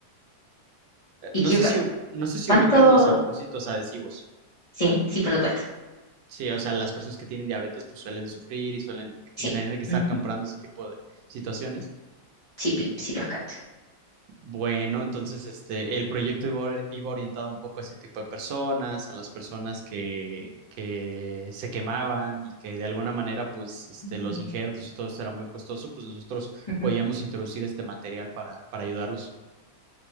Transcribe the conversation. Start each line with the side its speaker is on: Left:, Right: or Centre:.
Right: Eh,
Left: ¿Y
Right: No
Left: qué,
Right: sé si, u- no sé si
Left: ¿Cuánto?
Right: ubicas los apósitos adhesivos.
Left: Sí, sí, por supuesto.
Right: Sí, o sea, las personas que tienen diabetes pues suelen sufrir y suelen
Left: Sí.
Right: tener que estar
Left: Ujú.
Right: comprando ese tipo de situaciones.
Left: Sí, pi- sí los cacho.
Right: Bueno, entonces este, el proyecto iba, or- iba orientado un poco a ese tipo de personas, a las personas que, que se quemaban y que de alguna manera, pues, este, los
Left: Mm.
Right: injertos y todo esto era muy costoso, pues nosotros
Left: Ujú.
Right: podíamos introducir este material para, para ayudarlos.